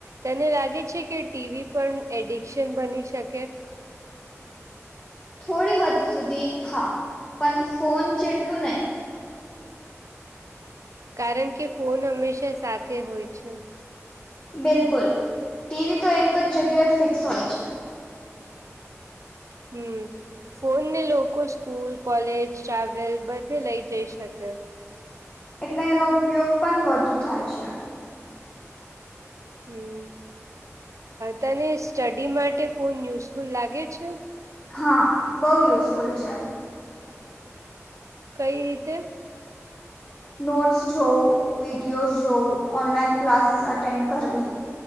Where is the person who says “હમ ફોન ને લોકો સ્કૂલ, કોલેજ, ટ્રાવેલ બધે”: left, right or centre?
Right